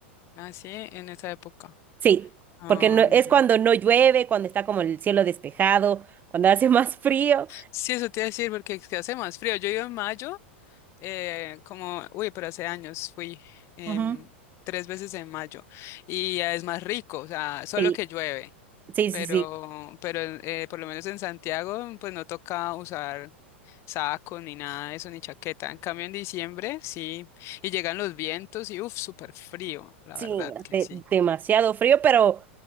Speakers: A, on the left (about 45°); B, on the right (about 25°).
A: Así en esa época.
B: Sí,
A: Ah,
B: porque no, es
A: mira.
B: cuando no llueve, cuando está como el cielo despejado, cuando hace <laughs> más frío.
A: Sí, eso te iba a decir, porque es que hace más frío. Yo iba en mayo eh, como, uy, pero hace años fui em,
B: Ujú.
A: tres veces en mayo y es más rico, o sea, solo
B: Sí,
A: que llueve,
B: sí,
A: pero,
B: sí, sí.
A: pero eh, por lo menos en Santiago, pues no toca usar saco ni nada de eso, ni chaqueta. En cambio, en diciembre, sí, y llegan los vientos y, uff, súper frío, la
B: Sí,
A: verdad que
B: de-
A: sí.
B: demasiado frío, pero,